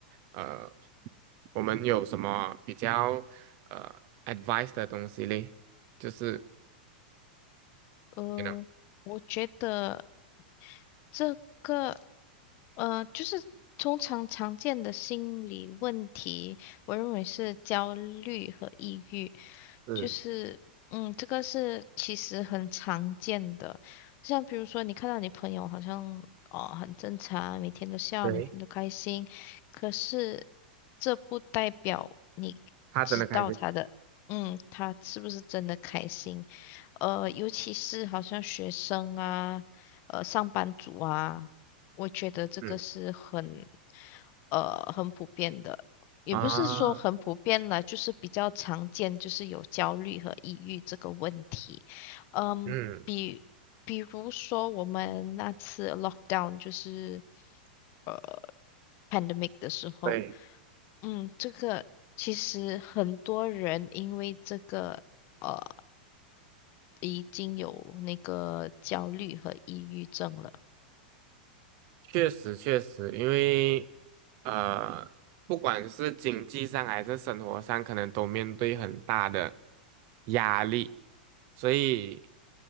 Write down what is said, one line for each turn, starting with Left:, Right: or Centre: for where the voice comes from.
Right: 呃，我们有什么比较？呃？advice 的东西嘞，就是
Left: 呃，
Right: ，you know，
Left: 我觉得这个，呃，就是通常常见的心理问题，我认为是焦虑和抑郁，
Right: 是，
Left: 就是，嗯，这个是其实很常见的，像比如说你看到你朋友好像哦很正常，每天都笑，
Right: 对，
Left: 每天都开心，可是这不代表你知道他的，
Right: 他真的开心，
Left: 嗯，他是不是真的开心。呃，尤其是好像学生啊，呃，上班族啊，我觉得这个是很，
Right: 嗯
Left: 呃，很普遍的，也不是说很普遍了，
Right: 啊，
Left: 就是比较常见，就是有焦虑和抑郁这个问题。嗯，
Right: 嗯，
Left: 比比如说我们那次 lockdown 就是呃 pandemic 的时候，
Right: 对。
Left: 嗯，这个其实很多人因为这个。呃。已经有那个焦虑和抑郁症了。
Right: 确实确实，因为呃，不管是经济上还是生活上，可能都面对很大的压力，所以